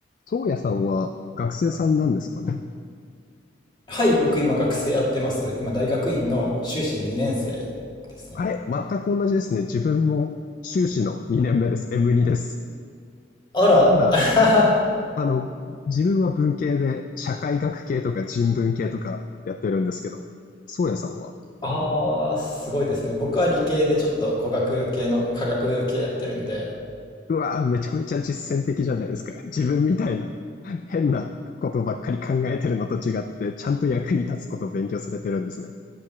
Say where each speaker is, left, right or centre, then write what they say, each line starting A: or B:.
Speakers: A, on the left; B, on the left.
A: 宗谷さんは学生さんなんですかね
B: はい、僕今学生やってます。今大学院の修士2年生ですね。
A: あれ、全く同じですね。自分も修士の2年目です。M2 です。
B: あら、
A: ただ、
B: <laughs>
A: あの、自分は文系で社会学系とか人文系とかやってるんですけど、宗谷さんは、
B: ああ、すごいですね。僕は理系でちょっと工学系の科学系やってるんで、
A: うわー、めちゃめちゃ実践的じゃないですか。自分みたいな変なことばっかり考えてるのと違って、ちゃんと役に立つことを勉強されてるんですね。